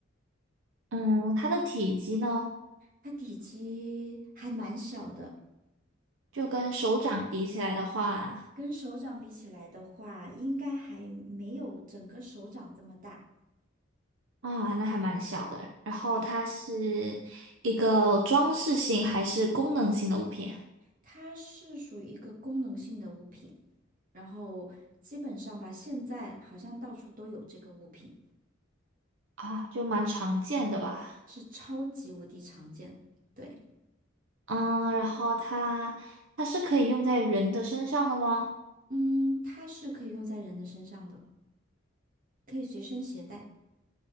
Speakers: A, on the right; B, on the right.
A: 嗯，它的体积呢，
B: 它体积还蛮小的，
A: 就跟手掌比起来的话，
B: 跟手掌比起来的话，应该还没有整个手掌这么大。
A: 啊，那还蛮小的。然后它是一个装饰性还是功能性的物品？
B: 对，它是属于一个功能性的物品，然后基本上吧，现在好像到处都有这个物品，
A: 啊，就蛮常见的吧。
B: 是超级无敌常见。对，
A: 嗯，然后它它是可以用在人的身上的吗？
B: 嗯，它是可以用在人的身上的，可以随身携带。